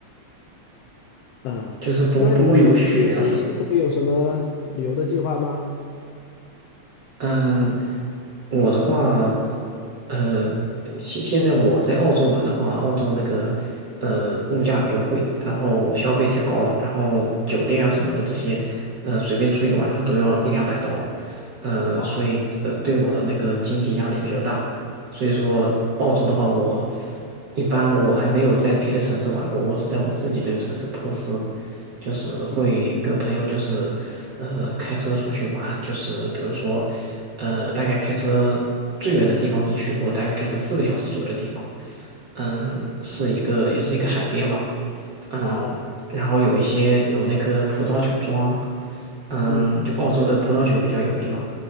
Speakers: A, on the left; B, on the right.
A: 嗯，
B: 就是不不会有雪啊什么，
A: 那你近期会有什么旅游的计划吗？
B: 嗯，我的话，呃，现现在我在澳洲玩的话，澳洲那个呃物价比较贵，然后消费太高了，然后酒店啊什么的这些，呃，随便住一个晚上都要一两百刀，呃，
A: 哦，
B: 所以呃对我的那个经济压力比较大，所以说澳洲的话，我一般我还没有在别的城市玩过，我只在我自己这个城市珀斯，就是会跟朋友就是呃开车出去玩，
A: 嗯
B: 就是比如说呃大概开车最远的地方是去过，大概开车四个小时左右的地方，嗯，是一个也是一个海边吧，
A: 嗯，
B: 嗯，
A: 哦，
B: 然后有一些有那个葡萄酒庄，嗯，
A: 嗯，
B: 就澳洲的葡萄酒比较有名嘛，